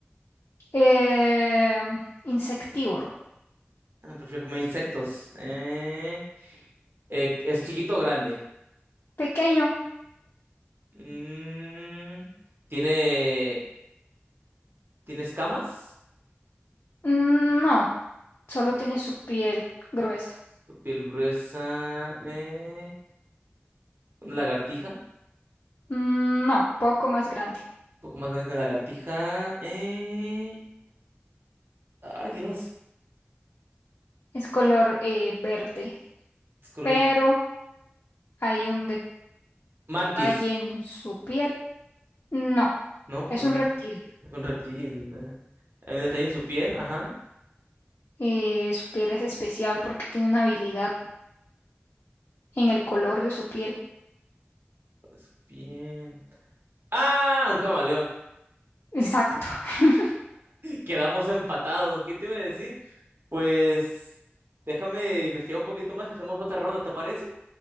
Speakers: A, on the left; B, on the right.
A: Eh, insectívoro.
B: Ah, Prefiero comer insectos. Eh, eh, es chiquito o grande.
A: Pequeño.
B: Mm, ¿tiene, tiene escamas?
A: Mm, No, solo tiene
B: No,
A: su piel gruesa.
B: su piel gruesa. eh, una lagartija.
A: Mm, No, poco más grande.
B: Un poco más grande que una lagartija. eh, ay, Dios.
A: Es color eh, verde.
B: Es color.
A: pero hay un
B: Mantis,
A: detalle en su piel. No,
B: ¿no?
A: es
B: Ah,
A: un reptil.
B: es un reptil. eh. Hay un detalle en su piel. Ajá.
A: Eh, su piel es especial porque tiene una habilidad en el color de su piel.
B: Su piel. ¡Ah! Un camaleón.
A: Exacto. <laughs>
B: Quedamos empatados. ¿Qué te iba a decir? Pues déjame investigar un poquito más y hacemos otra ronda, ¿te parece?